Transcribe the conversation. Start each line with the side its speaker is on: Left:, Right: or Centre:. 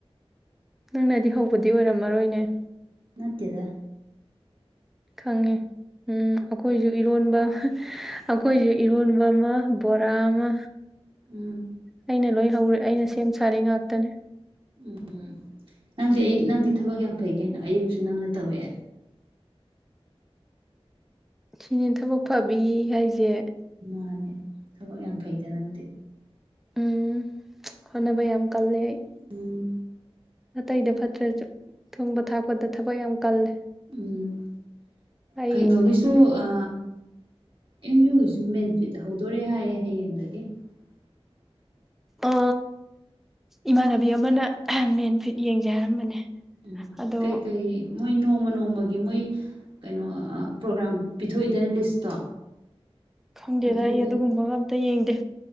Centre: ꯅꯪꯅꯗꯤ ꯍꯧꯕꯗꯤ ꯑꯣꯏꯔꯝꯃꯔꯣꯏꯅꯦ
Right: ꯅꯠꯇꯗ
Centre: ꯈꯪꯉꯦ ꯎꯝ ꯑꯩꯈꯣꯏꯁꯨ ꯏꯔꯣꯟꯕ ꯑꯩꯈꯣꯏꯁꯨ ꯏꯔꯣꯟꯕ ꯑꯃ ꯕꯣꯔꯥ ꯑꯃ
Right: ꯎꯝ
Centre: ꯑꯩꯅ ꯂꯣꯏ ꯍꯧꯔꯦ ꯑꯩꯅ ꯁꯦꯝ ꯁꯥꯔꯤ ꯉꯥꯛꯇꯅꯦ
Right: ꯎꯝꯝ ꯅꯪꯗꯤ ꯑꯌꯨꯛ ꯅꯪꯗꯤ ꯊꯕꯛ ꯌꯥꯝ ꯐꯩ ꯀꯩꯅꯣ ꯑꯌꯨꯛꯁꯨ ꯅꯪꯅ ꯇꯧꯋꯦ
Centre: ꯁꯤꯅꯦ ꯊꯕꯛ ꯐꯕꯤ ꯍꯥꯏꯁꯦ
Right: ꯃꯥꯅꯦ ꯊꯕꯛ ꯌꯥꯝ ꯐꯩꯗ ꯅꯪꯗꯤ
Centre: ꯎꯝ ꯍꯣꯠꯅꯕ ꯌꯥꯝ ꯀꯜꯂꯦ ꯑꯩ
Right: ꯎꯝ
Centre: ꯑꯅꯥꯇꯩꯗ ꯐꯠꯇ꯭ꯔꯁꯨ ꯊꯣꯡꯕ ꯊꯥꯛꯄꯗ ꯊꯕꯛ ꯌꯥꯝ ꯀꯜꯂꯦ
Right: ꯎꯝ
Centre: ꯑꯩ
Right: ꯀꯩꯅꯣꯒꯤꯁꯨ ꯑ ꯑꯦꯝ ꯌꯨꯒꯤꯁꯨ ꯃꯦꯅꯤꯐꯤꯠ ꯍꯧꯗꯣꯔꯦ ꯍꯥꯏꯌꯦꯦ ꯍꯌꯦꯡꯗꯒꯤ <unintelligible>
Centre: ꯑ ꯏꯃꯥꯟꯅꯕꯤ ꯑꯃꯅ ꯃꯦꯟ ꯐꯤꯠ ꯌꯦꯡꯖꯦ ꯍꯥꯏꯔꯝꯕꯅꯦ
Right: ꯎꯝ
Centre: ꯑꯗꯣ
Right: ꯀꯩꯀꯩ ꯃꯣꯏ ꯅꯣꯡꯃ ꯅꯣꯡꯃꯒꯤ ꯃꯣꯏ ꯀꯩꯅꯣ ꯄ꯭ꯔꯣꯒ꯭ꯔꯥꯝ ꯄꯤꯊꯣꯛꯏꯗꯅ ꯂꯤꯁꯇꯣ
Centre: ꯈꯪꯗꯦꯗ
Right: ꯑꯗꯨꯏꯗ
Centre: ꯑꯩ ꯑꯗꯨꯒꯨꯝꯕꯒ ꯑꯝꯇ ꯌꯦꯡꯗꯦ